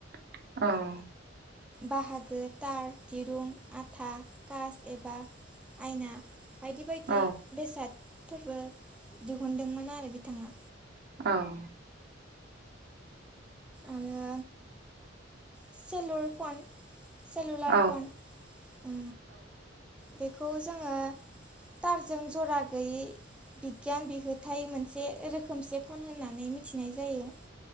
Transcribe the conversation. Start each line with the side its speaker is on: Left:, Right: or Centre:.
Right: औ
Centre: बाहागो तार दिरुं आथा कास एबा आयना बायदि बायदि
Right: औ
Centre: बेसाद फोरबो दिहुनदोंमोन आरो बिथाङा
Right: औ
Centre: आरो सेलुर फन सेलुलार
Right: औ
Centre: फन ओ बेखौ जोङो थारजों जरा गैयै बिगियान बिहोथाय मोनसे रोखोमसे फन होननानै मिथिनाय जायो